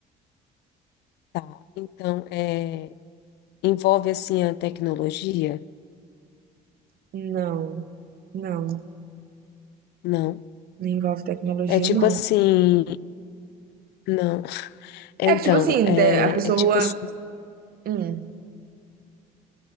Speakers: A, on the left (about 80°); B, on the right (about 60°).
A: Tá. Então, é. Envolve assim a tecnologia?
B: Não, não,
A: Não.
B: não envolve tecnologia,
A: É tipo
B: não.
A: assim, não. É,
B: É
A: Então,
B: que tipo assim,
A: é,
B: de- a pessoa,
A: é tipo assim,
B: hum,